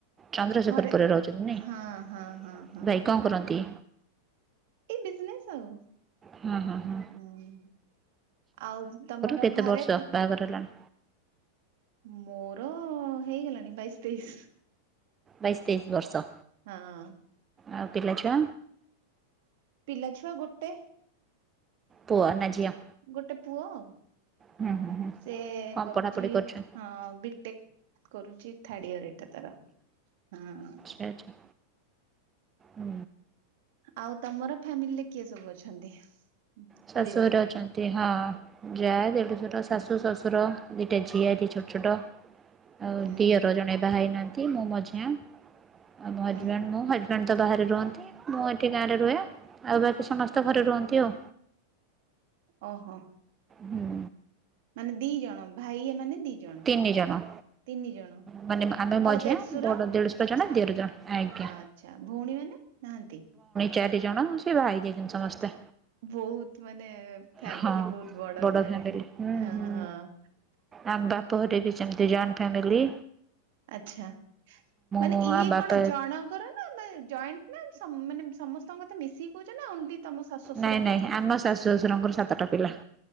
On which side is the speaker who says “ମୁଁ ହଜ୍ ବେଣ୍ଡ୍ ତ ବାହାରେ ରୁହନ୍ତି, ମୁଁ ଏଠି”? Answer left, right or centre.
Right